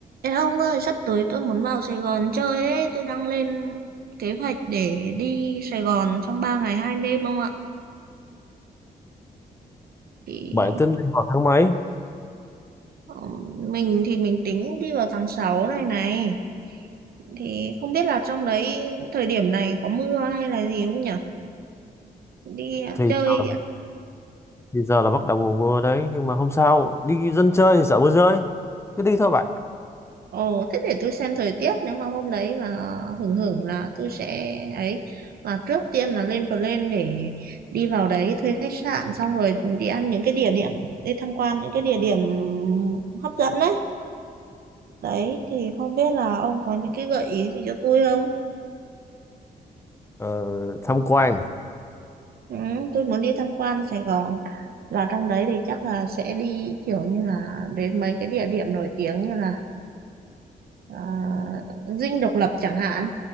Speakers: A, on the right; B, on the left.
A: Ê ông ơi, sắp tới tôi muốn vào Sài Gòn chơi ấy, tôi đang lên kế hoạch để đi Sài Gòn trong 3 ngày 2 đêm ông ạ. Thì
B: bạn tính đi vào tháng mấy
A: ờ, mình thì mình tính đi vào tháng 6 này này. Thì không biết là trong đấy thời điểm này có mưa hay là gì không nhỉ? Đi
B: thì
A: chơi
B: ờ, thì giờ là bắt đầu mùa mưa đấy nhưng mà không sao đi dân chơi thì sợ mưa rơi cứ đi thôi bạn
A: Ồ, thế để tôi xem thời tiết nếu mà hôm đấy mà hưởng hưởng là tôi sẽ ấy mà trước tiên là lên plan để đi vào đấy thuê khách sạn xong rồi đi ăn những cái địa điểm đi tham quan những cái địa điểm hấp dẫn đấy đấy thì không biết là ông có những cái gợi ý gì cho tôi không
B: ờ, tham quan
A: ừ, tôi muốn đi tham quan Sài Gòn và trong đấy thì chắc là sẽ đi kiểu như là đến mấy cái địa điểm nổi tiếng như là à, Dinh Độc Lập chẳng hạn